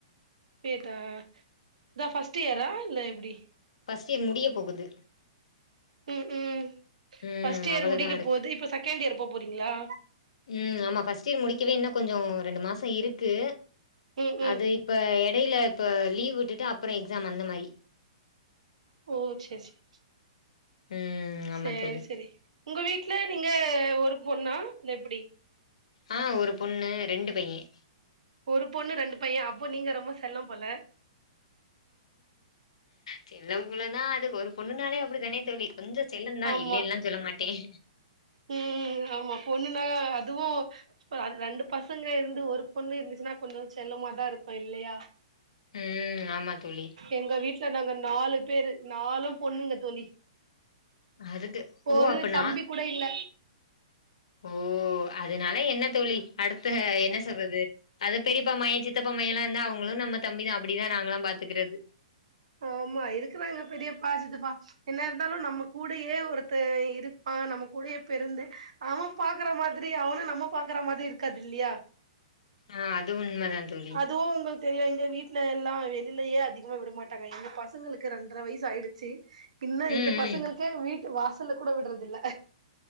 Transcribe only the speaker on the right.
டேட்டா இதான் ஃபஸ்ட் இயரா இல்ல எப்படி
உம் உம்
ஃபர்ஸ்ட் இயர்
முடிக்க
போது இப்ப செகண்டியரு போப்போரிங்களா
ம் ம்
உம் செரி செரி
செரி
செரி உங்க வீட்டுல நீங்க ஒரு பொண்ணா இல்லா எப்படி
ஒரு பொண்ணு ரெண்டு பையன் அப்போ நீங்க ரொம்ப செல்லம் போல
ஆமா
ம் ஆமா பொண்ணுன்னா அதுவும் ரெண்டு பாசங்க இருந்து ஒரு பெண் இருந்த கொஞ்சம் செல்லமா தான் இருக்கும் இல்லையா
எங்க வீட்டு்ல நாங்க நாலு பேரு நாளும் பொண்ணுங்க தோழி
ஒரு
தம்பி
கூட இல்ல
ஆமா இருக்கறாங்க பெரியப்பாஜித்தப்பா என்ன இருந்தாலும் நம்ம கூடயே ஒருத்த இருப்பான் நம்ம கூடயே பெருந்து அவன் பாக்குற மாரி அவனும் நம்ம பாக்குற மாரி இருக்காது இல்லயா
அதுவு உங்களுக்கு தெரியு எங்க வீட்டுல எல்லாம் வெளியிலேயே அதிகமா விடமாட்ட எங்க ரெண்டு பசங்களுக்கு ரெண்டர வயசு ஆயிடுச்சு பின்ன
இந்த பசங்களுக்கே
வீட் வாசல்ல கூட விடுறதுல்ல